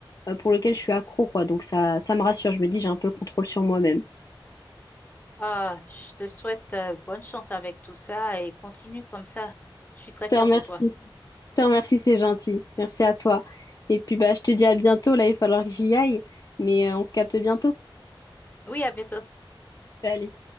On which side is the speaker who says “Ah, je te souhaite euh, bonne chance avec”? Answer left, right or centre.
Left